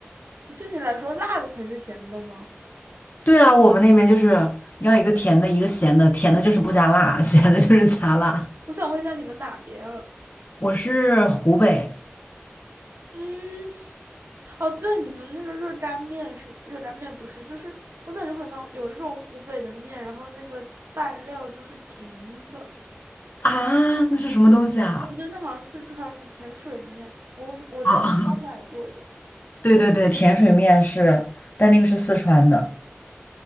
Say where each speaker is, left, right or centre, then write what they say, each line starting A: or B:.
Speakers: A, on the right (about 65°); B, on the left (about 50°).
A: 对你来说，辣的才是咸的吗？
B: 对啊，我们那边就是要一个甜的，一个咸的，甜的就是不加辣，咸的就是加辣。
A: 我想问一下你们哪边啊？
B: 我是湖北
A: 嗯，哦，对，你们那个热干面是热干面，不是？就是我感觉好像有一种湖北的面，然后那个拌料就是甜的。
B: 啊，那是什么东西啊？
A: 哦，不对，那好像是四川的甜水面，我我在中超买过的。
B: 啊，<laughs> 对对对，甜水面是，但那个是四川的。